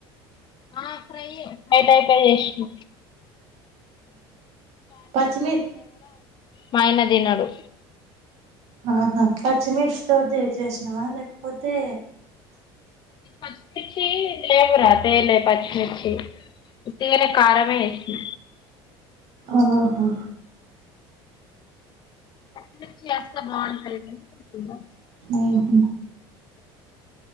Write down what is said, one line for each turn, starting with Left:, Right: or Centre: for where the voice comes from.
Left: వంకాయ ఫ్రై చేసిన
Right: పచ్చిమీ
Left: మాయన తినడు
Right: ఆహా పచ్చిమిర్చితోది చేసినవా లేకపోతే
Left: పచ్ మిర్చి లేవు రా తేలే పచ్చిమిర్చి ఉటిగానే కారంమే ఎశ్న
Right: ఆహా
Left: పచ్చిమిర్చి ఏస్తే బాగుంటాయి గని చూద్దాం
Right: ఉహు